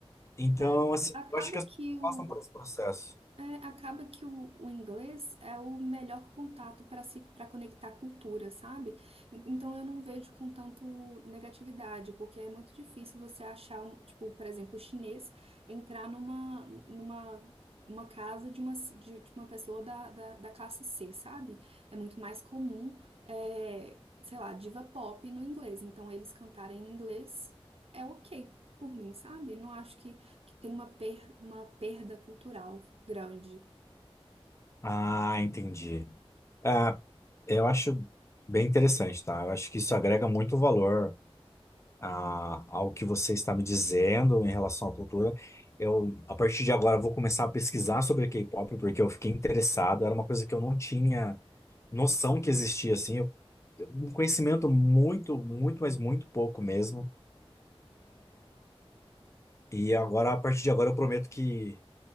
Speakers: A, on the left; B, on the right.
A: Então,
B: É,
A: assim,
B: acaba
A: eu acho que as
B: que
A: pessoas
B: o,
A: passam por esse processo.
B: É, acaba que o, o inglês é o melhor contato para se para conectar cultura, sabe? En- Então eu não vejo com tanto negatividade, porque é muito difícil você achar, um, tipo, por exemplo, o chinês entrar numa, numa uma casa de uma, c- de, de uma pessoa da, da, da classe C, sabe? É muito mais comum, é, sei lá, diva pop no inglês. Então eles cantarem em inglês é ok por mim, sabe? Não acho que que tem uma, per- uma perda cultural grande.
A: Ah, entendi. É, eu acho bem interessante, tá? Eu acho que isso agrega muito valor. a- ao que você está me dizendo em relação à cultura. Eu, a partir de agora, vou começar a pesquisar sobre K-pop, porque eu fiquei interessado. Era uma coisa que eu não tinha noção que existia, assim. Eu, um conhecimento muito, muito, mas muito pouco mesmo. E agora, a partir de agora, eu prometo que